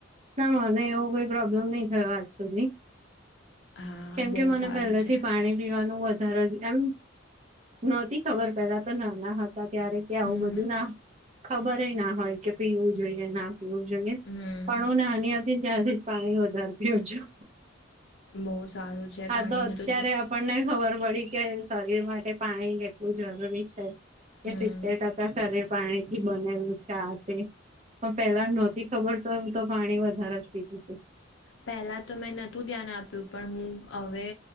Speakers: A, on the right (about 35°); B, on the left (about 60°).
A: ના મને એવો કોઈ પ્રોબ્લેમ નહીં થયો આજ સુધી
B: હા
A: કેમ
B: બહુ
A: કે મને
B: સારું
A: પહેલેથી
B: છે
A: પાણી પીવાનું વધારે એમ નતી ખબર પેલા તો નાના હતા ત્યારે કે આવું
B: હમ
A: બધું ના ખબર ના હોય કે પીવું જોઈએ ના પીવું જોઈએ
B: હમ
A: પણ હું નાની હતીને ત્યાંરથી જ પાણી વધારે પીઉ છું
B: બહુ સારું છે
A: આ
B: પાણીનુંું
A: અત્યારે
B: તો
A: આપણને ખબર પડી કે શરીર માટે પાણી કેટલું જરૂરી છે કે
B: હમ
A: સિતતેર ટકા શરીર પાણી થી બનાલું છે આ તે પણ પેલા નહોતી ખબર તો એવું તો પાણી વધારે જ પીતું છે
B: પહેલા તો મેં નહતું ધ્યાન આપ્યું પણ હું હવે